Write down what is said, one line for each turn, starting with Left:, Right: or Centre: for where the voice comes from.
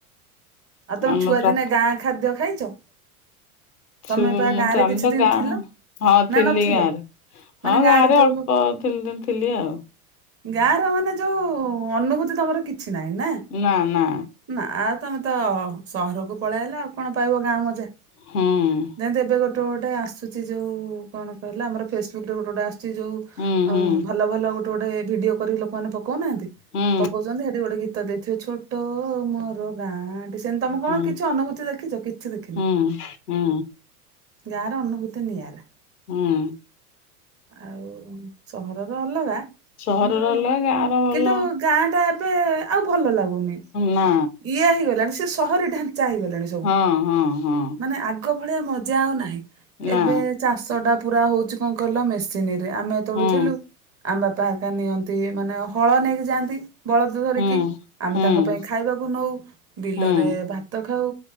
Right: ଆଉ ତମେ
Left: ଆମର
Right: ଛୁଆ
Left: ପ୍ରା
Right: ଦିନେ ଗାଁ ଖାଦ୍ୟ ଖାଇଛ? ତମେ
Left: ଛୁ
Right: ପା
Left: ମୁଁ
Right: ଗାଁରେ
Left: ତ ଆମେ
Right: କିଛି
Left: ତ
Right: ଦିନ
Left: ଗାଁ
Right: ଥିଲ?
Left: ହଁ
Right: ନା
Left: ଥିଲି।
Right: ନଥିଲ
Left: ଗାଁରେ
Right: ମାନେ
Left: ହଁ ଗାଁରେ
Right: ଯୋଉ
Left: ଅଳ୍ପ ତିନଦିନ ଥିଲି ଆଉ
Right: ଗାଁ ର ମାନେ ଯୋଉ ଅନୁଭୂତି ତମର କିଛି ନାହିଁ ନା?
Left: ନା ନା।
Right: ନା ଆଉ ତମେତ ସହରକୁ ପଳେଆଇଲ ଆଉ କଣ ପାଇବ ଗାଁ ମଜା।
Left: ହଁ।
Right: ଯେନ୍ତେ ଏବେ ଗୋଟେ ଗୋଟେ ଆସୁଛି ଯୋଉ କଣ କହିଲା ଆମର ଫେସବୁକ୍ରରେ ଗୋଟେ ଗୋଟେ ଆସୁଛି
Left: ହୁଁ
Right: ଅ
Left: ହୁଁ
Right: ଭଲ ଭଲ ଗୋଟେ ଗୋଟେ ଭିଡିଓ କରିକି ଲୋକମାନେ ପଉନାହାନ୍ତି
Left: ହୁଁ
Right: ପକଉ ଜ ସେଠି ଗୋଟେ ଗୀତ ଦେଇଥିବେ ଛୋଟ ମୋର ଗାଁ। ସେମିତି ତମେ କଣ
Left: ହୁଁ
Right: କିଛି ଅନୁଭୂତି ଦେଖିଛ କିଛି ଦେଖିନା।
Left: ହୁଁ ହୁଁ ହୁଁ
Right: ଗାଁର ଅନୁଭୂତି ନିୟରା।
Left: ହଁ।
Right: ଆଉ ସହରର ଅଲଗା
Left: ସହରର
Right: କିନ୍ତୁ
Left: ଅଲଗା ଗାଁ ର ଭଲ
Right: କିନ୍ତୁ ଗାଁ ଟା ଏବେ ଆଉ ଭଲ ଲାଗୁନି।
Left: ନା
Right: ଇଏ ହେଇଗଲାଣି ସେ ସହରୀ ଢାଞ୍ଚା ହେଇଗଲାଣି ସବୁ
Left: ହଁ ହଁ ହଁ
Right: ମାନେ ଆଗ ଆଗ ଭଳିଆ ମଜା ଆଉ ନାହିଁ
Left: ନା
Right: ଏବେ ଚାଷ ଟା ପୁରା ହଉଛି କଣ କହିଲ ମେସିନରେ ଆମେ ତୋଳୁଥିଲୁ
Left: ହୁଁ
Right: ଆମ ବାପା ଆକା ନିଅନ୍ତି ମାନେ ହଳ ନେଇକି ଯାଆନ୍ତି ବଳଦ ଧରିକି
Left: ହୁଁ
Right: ଆମେ
Left: ହୁଁ
Right: ତାଙ୍କ ପାଇଁ ଖାଇବାକୁ ନଉ ବିଲରେ
Left: ହୁଁ
Right: ଭାତ ଖାଉ